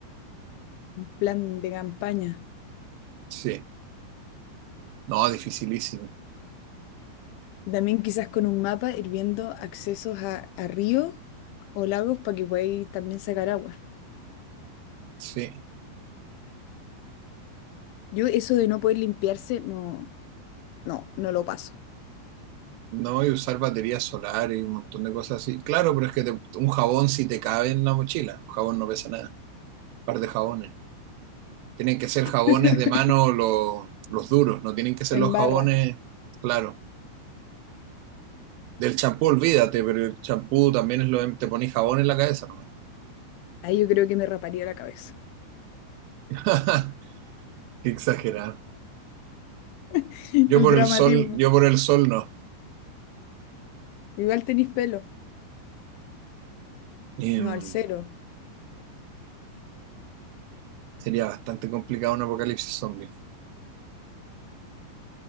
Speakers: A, on the left; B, on the right.
A: plan de campaña.
B: Sí. No, dificilísimo.
A: También quizás con un mapa ir viendo accesos a, a ríos o lagos para que podáis también sacar agua.
B: Sí.
A: Yo eso de no poder limpiarse, no, no, no lo paso.
B: No, y usar baterías solares y un montón de cosas así. Claro, pero es que te- un jabón sí te cabe en la mochila. Un jabón no pesa nada. Un par de jabones. Tienen que ser jabones
A: <laughs>
B: de mano lo- los duros. No tienen que ser
A: En
B: los
A: barra,
B: jabones, claro. Del champú, olvídate, pero el champú también es lo de- te pones jabón en la cabeza nomás.
A: ahí yo creo que me raparía la cabeza.
B: <laughs> Qué Exagerado.
A: <laughs>
B: Yo
A: El
B: por
A: dramatismo.
B: el sol, yo por el sol no.
A: Igual tenéis pelo.
B: Em,
A: No, al cero.
B: sería bastante complicado un apocalipsis zombie.